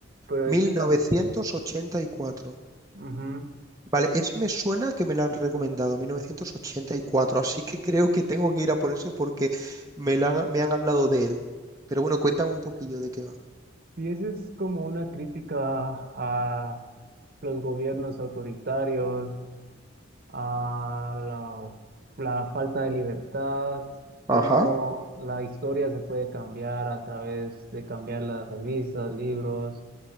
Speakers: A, on the right; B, on the right.
A: pero
B: 1984.
A: este también...
B: Vale, ese me suena que me lo han recomendado, 1984. así que creo que tengo que ir a por ese porque me, la han, me han hablado de él. Pero bueno, cuéntame un poquillo de qué va.
A: Y esa es como una crítica a los gobiernos autoritarios, a la, la falta de libertad, cómo
B: Ajá.
A: la historia se puede cambiar a través de cambiar las revistas, libros.